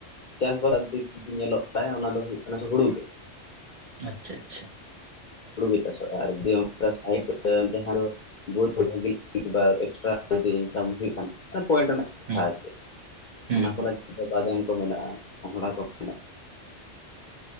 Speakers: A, on the left; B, on the right.
A: ᱪᱟᱥᱼᱵᱟᱥ ᱫᱤᱠ ᱡᱩᱫᱤ ᱧᱮᱞᱚᱜ ᱠᱷ ᱚᱱᱟ ᱫᱚ ᱦᱩᱭᱩᱜ ᱠᱟᱱᱟ ᱦᱩᱲᱩ ᱜᱮ
B: ᱟᱪᱪᱷᱟ ᱟᱪᱪᱷᱟ
A: ᱦᱩᱲᱩ ᱠᱚᱮ ᱪᱟᱥᱚᱜᱼᱟ ᱟᱨ ᱡᱩᱤ ᱥᱟᱭᱤᱰ ᱡᱟᱦᱟᱸ ᱫᱚ ᱵᱫ ᱵᱷᱟᱜᱤ ᱞᱟᱹᱜᱤᱫ ᱮᱠᱴᱨᱟ ᱡᱤ ᱤᱱᱠᱟᱢ ᱦᱩᱭᱩᱜ ᱠᱷᱟᱱ ᱯᱚᱭᱮᱱᱴ ᱨᱮᱱᱟᱜ ᱠᱟᱛᱷᱟ
B: ᱦᱩᱸ
A: ᱟᱨ ᱪᱮᱫ
B: ᱦᱩᱸ
A: ᱚᱱᱟ ᱠᱚ
B: ᱦᱩᱸ
A: ᱞᱟᱹᱜᱤᱫ ᱵᱟᱫ ᱠᱚ ᱢᱮᱱᱟᱜᱼᱟ ᱯᱝᱲᱟ ᱠᱚ ᱢᱮᱱᱟᱜᱼᱟ